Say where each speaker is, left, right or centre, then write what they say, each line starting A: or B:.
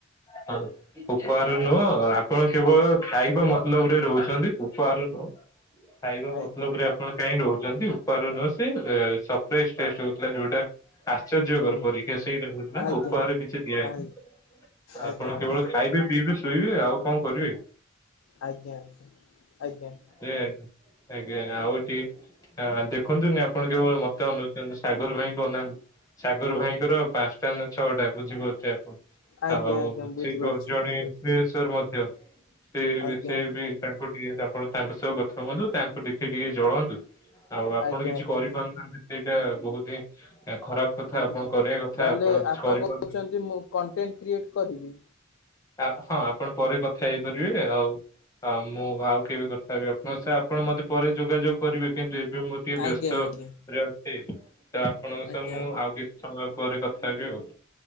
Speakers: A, on the left; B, on the left.
A: ହଁ। ଉପହାର ନୁହଁ ଆପଣ କେବଳ ଖାଇବା ମତଲବ ରେ ରହୁଛନ୍ତି ଉପହାର ନୁହଁ। ଖାଇବା
B: ଆଜ୍ଞା
A: ମତଲବରେ ଆପଣ କାହିଁ ରହୁଛନ୍ତି ଉପହାର ନୁହଁ ସେ ସଫେଇ ଟେଷ୍ଟ ଥିଲା ଯୋଉଟା ଆଶ୍ଚର୍ଯ୍ୟକର
B: ଓହୋ।
A: ପରୀକ୍ଷା ସେଇଟା ହଉଥିଲା
B: ଆଜ୍ଞା
A: ଉପହାର କିଛି ଦିଆହେଇନି।
B: ଆ
A: ଆପଣ
B: ଆଜ୍ଞା ଆଜ୍ଞା
A: କେବଳ ଖାଇବେ ପିଇବେ ଶୋଇବେ ଆଉ କଣ କରିବେ।
B: ଆଜ୍ଞା ଆଜ୍ଞା ଆଜ୍ଞା‌।
A: ଆଜ୍ଞା ଆଜ୍ଞା ଆଉଟିକେ। ଆଁ ଦେଖନ୍ତୁନି ଆପଣ କେବଳ ମତେ ଅନଉଛନ୍ତି ସାଗର ଭାଇ କ ଅନାନ୍ତୁ। ସାଗର ଭାଇଙ୍କର ପାଞ୍ଚଟା ନା ଛଅଟା ବୁଝିିପାରୁ ଥିବେ ଆପଣ।
B: ଆଜ୍ଞା
A: ଆଉ
B: ଆଜ୍ଞା ବୁଝିପାରୁଛି
A: ସେ ବ୍ଲ ଜଣେ
B: ବୁଝିପାରୁଛି
A: ଇନ୍ଫ୍ଲୁଏନସର ମଧ୍ୟ ସେ
B: ଆଜ୍ଞା
A: ସେ
B: ଆଜ୍ଞା
A: ବି ତାଙ୍କୁ। ଠିକ୍ ଅଛି ଆପଣ ତାଙ୍କ ସହ କଥା ହୁଅନ୍ତୁ ତାଙ୍କୁ ଦେଖି ଟିକେ ଜଳନ୍ତୁ ଆଉ ଆପଣ
B: ଆଜ୍ଞା
A: କିଛି
B: ଆଜ୍ଞା।
A: କରିପାରୁ ନାହାନ୍ତି। ସେଇଟା ବହୁତ ହିଁ ଖରାପ କଥା ଆପଣ
B: ହଁ
A: କରିବା କଥା
B: ତାହେଲେ
A: ଆପଣ କିଛି କରିପାରୁନାହାନ୍ତି।
B: କହୁଛନ୍ତି ମୁଁ କଣ୍ଟେଣ୍ଟ କ୍ରିଏଟ୍ କରିବି।
A: ଆ ହଁ ଆପଣ ପରେ କଥା ହେଇପାରିବେ ଆଉ। ହଁ ମୁଁ ଆଉ କେବେ କଥା ହେବି ଆପଣ ସାଙ୍ଗେ ଆପଣ ମତେ ପରେ ଯୋଗାଯୋଗ କରିବେ କିନ୍ତୁ ଏବେ ମ ଟିକେ ବ୍ୟସ୍ତ
B: ଆଜ୍ଞା ଆଜ୍ଞା
A: ରେ ଅଛି ତ ଆପଣଙ୍କ
B: ଆଜ୍ଞା
A: ସହ ମୁଁ
B: ଆଜ୍ଞା
A: ଆଉ କେବେ। ସମୟ ପରେ କଥା ହେବି ଆଉ।